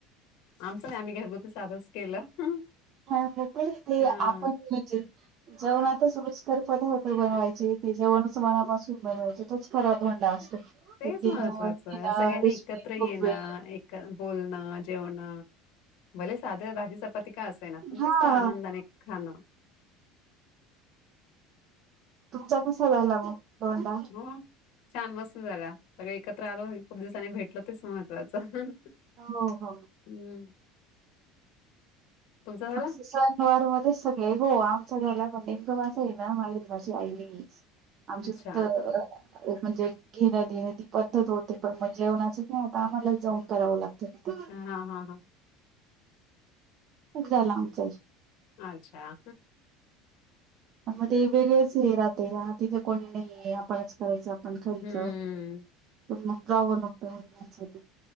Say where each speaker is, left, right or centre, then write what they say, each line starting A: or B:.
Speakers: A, on the left; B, on the right.
A: आमचं नाही आम्ही घरगुती साधच केलं
B: हा हो प ते
A: हां.
B: आपण म्हणजे जेवणातच रुचकर पदार्थ बनवायचे ते जेवणच मनापासून बनवायचे तोच खरा धोंडा असतो
A: तेच
B: ते डिनर
A: महत्त्वाचं
B: डिनर
A: आहे सगळ्यांनी
B: रिस्पेक्ट
A: एकत्र येणं
B: खूप वेळ
A: एक बोलणं जेवणं भले साध भाजी चपाती का असेना पण
B: हा
A: तेच आनंदाने खाणं.
B: तुमचा कसा झाला मग धोंडा
A: हो छान मस्त झाला सगळ एकत्र आलो खूप दिवसांनी भेटलो तेच महत्त्वाचं.
B: हो हो
A: हम्म तुमचा झाला?
B: असं सण वार मध्ये सगळे हो आमचा घरला पण नेमकं माझ आहे ना माहेरी माझी आई नाही आहे. आमच्या
A: अच्छा.
B: तिथं एक म्हणजे घेणं देणं ती पद्धत होते पण मग जेवणाचं नाही आता आम्हाला जाऊन करावं लागतं तिथे.
A: हा हा हा
B: खुप झालं आमचांही.
A: माझ्या
B: मध्ये <unintelligible> हे राहते तिथे कोणी नाही आपणच करायचं पण खर्च
A: हम्म.
B: पण मग जावं लागतं वडलांसाठी.